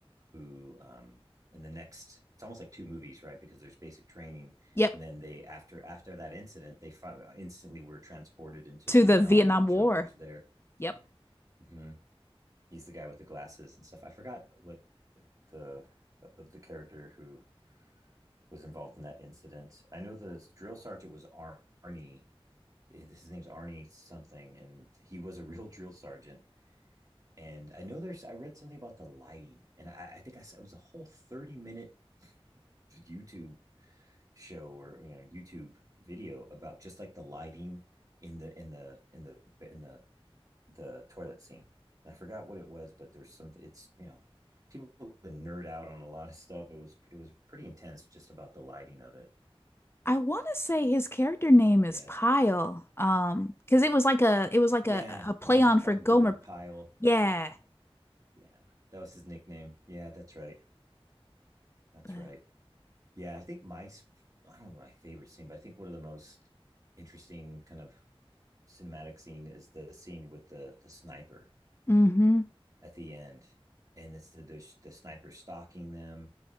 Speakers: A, on the right; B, on the left.
A: who um in the next it's almost like two movies right because there's basic training
B: Yep.
A: and then they after after that incident they fi- instantly were transported into
B: To
A: vietnam
B: the Vietnam
A: and
B: War.
A: joker's there
B: Yep.
A: mm-hmm. he's the guy with the glasses and stuff i forgot what the uh, the character who was involved in that incident i know the drill sergeant was arnie his name's Arnie something, and he was a real drill sergeant. And I know there's, I read something about the lighting, and I, I think I it was a whole 30 minute YouTube show or you know YouTube video about just like the lighting in the in the in the in the the toilet scene. And I forgot what it was, but there's something. It's you know people been nerd out on a lot of stuff. It was it was pretty intense just about the lighting of it.
B: I want to say his character name is
A: Yeah,
B: Pyle, um, because it was like a it was like
A: yeah.
B: a a play
A: Well, he's
B: on
A: called
B: for Gomer.
A: him Gomer Pyle.
B: Yeah,
A: Yeah, that was his nickname. Yeah, that's right. That's
B: but
A: right. Yeah, I think my I I don't know my favorite scene, but I think one of the most interesting kind of cinematic scene is the scene with the the sniper
B: mm-hmm.
A: at the end, and it's the the, the sniper stalking them,